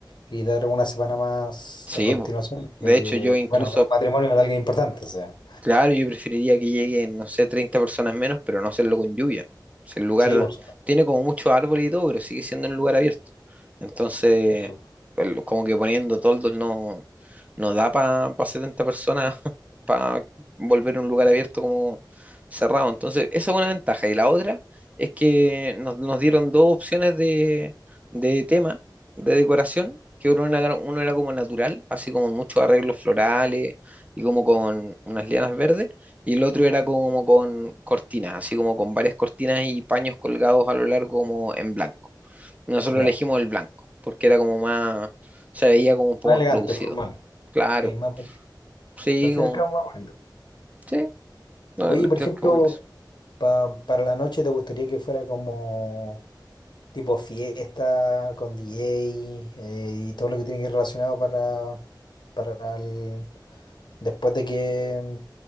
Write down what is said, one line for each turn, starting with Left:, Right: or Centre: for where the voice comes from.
Left: y dar una semana más
Right: Sí,
Left: a continuación.
Right: po. De
Left: Creo que,
Right: hecho, yo incluso
Left: bueno, es un matrimonio de alguien importante, o sea.
Right: Claro, yo preferiría que lleguen, no sé, 30 personas menos, pero no hacerlo con lluvia. O el lugar
Left: Sí, por supuesto.
Right: tiene como muchos árboles y todo, pero sigue siendo un lugar abierto. Entonces,
Left: Eso.
Right: el- como que poniendo toldos no, no da para 70 personas <laughs> para volver un lugar abierto como cerrado. Entonces, esa es una ventaja. Y la otra es que nos, nos dieron dos opciones de, de tema, de decoración, que uno era, uno era como natural, así como muchos arreglos florales y como con unas lianas verdes, y el otro era como con cortinas, así como con varias cortinas y paños colgados a lo largo como en blanco. Nosotros
Left: Ya.
Right: elegimos el blanco, porque era como más, se veía como un poco
Left: Más elegante,
Right: más producido.
Left: formal.
Right: Claro,
Left: Sí, más bonito.
Right: sí,
Left: Al fin
Right: como,
Left: y al cabo, más bonito.
Right: sí, no,
Left: Oye,
Right: no, no,
Left: por ejemplo,
Right: como eso.
Left: pa- para la noche, ¿te gustaría que fuera como tipo fiesta, con DJ eh, y todo lo que tiene que ir relacionado para, para el- después de que